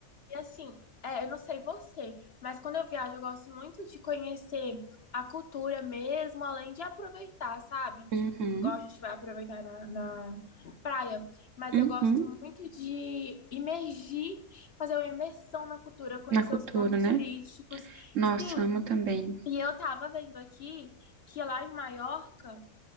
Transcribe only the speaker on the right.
Uhum,
uhum.
Na cultura,
né?
Nossa,
amo também. <gasps>